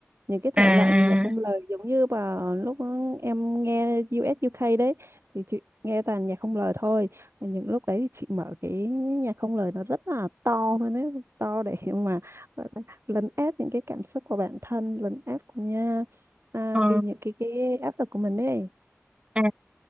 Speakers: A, on the right; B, on the right.
A: những cái thể
B: à
A: loại mà nhạc không lời giống như vào lúc em nghe US UK đấy thì chị nghe toàn nhạc không lời thôi Và những lúc đấy thì chị mở cái nhạc không lời nó rất là to thôi nó to để <laughs> mà gọi là lấn át những cái cảm xúc của bản thân lấn át của à,
B: ờ,
A: đi những cái cái áp lực của mình ấy
B: à